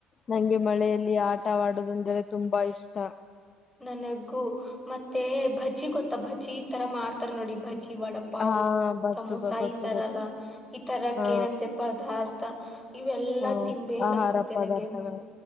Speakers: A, on the left; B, in the centre.
A: ನಂಗೆ ಮಳೆಯಲ್ಲಿ ಆಟವಾಡೋದಂದರೆೆ ತುಂಬಾ ಇಷ್ಟ
B: ನನಗೂ ಮತ್ತೆ ಬಜ್ಜಿ ಗೊತ್ತಾ ಭಜ್ಜಿ ಈ ತರ ಮಾಡ್ತಾರ ನೋಡಿ ಬಜ್ಜಿ ವಡಪ್ಪ ಪಾವು
A: ಹಾ ಬತ್ತು
B: ಸಮೋಸಾ
A: ಬ ಗೊತ್ತು
B: ಈ ತರಲ್ಲ
A: ಗೊತ್ತು
B: ಈ ತರಕ್ಕ
A: ಹಾ
B: ಏನಂತೆ ಪದಾರ್ಥ ಇವೆಲ್ಲಾ
A: ಹ್ಮ್
B: ತಿನ್ಬೇಕ
A: ಆಹಾರ
B: ಅನ್ಸುತ್ತೆ
A: ಪದಾರ್ಥಗಳು
B: ನಂಗೆ